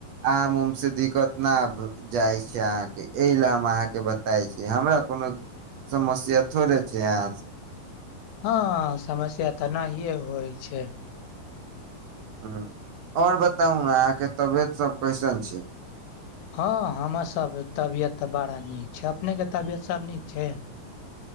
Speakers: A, on the right; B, on the left.
A: आम उम से दिक्कत ना आ जाइ छै अहाँ केँ एहि ले हम अहाँकेँ बताय छी हमरा कोनो समस्या थोड़े छै अहाँ से
B: हँ समस्या तऽ नहिए होइ छै
A: हु और बताउ ना अहाँकेँ तबियत सब कैसन छै
B: हँ हमर सब तबियत तऽ बड़ा नीक छै अपनेके तबियत सब नीक छै